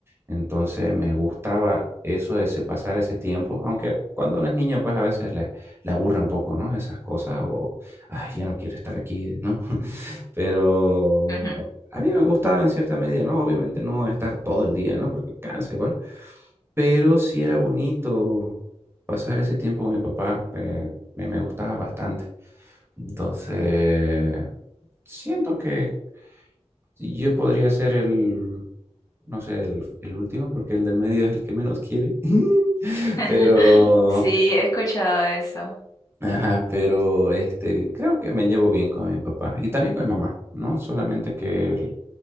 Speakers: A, on the right (about 20°); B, on the left (about 30°).
A: Entonces, me gustaba eso de ese- pasar ese tiempo, aunque cuando uno es niño, pues a veces le, le aburre un poco, ¿no? Esas cosas, o, ay, ya no quiero estar aquí, ¿no? <laughs> Pero
B: Ujú.
A: a mí me gustaba en cierta medida, ¿no? Obviamente no estar todo el día, ¿no? Porque cansa igual, pero sí era bonito pasar ese tiempo con mi papá, eh, me, me gustaba bastante. Entonces, siento que yo podría ser el, no sé, el, el último, porque el del medio es el que menos quiere. <laughs>
B: <laughs>
A: Pero,
B: Sí, he escuchado eso.
A: ajá, pero este, creo que me llevo bien con mi papá y también con mi mamá, ¿no? Solamente que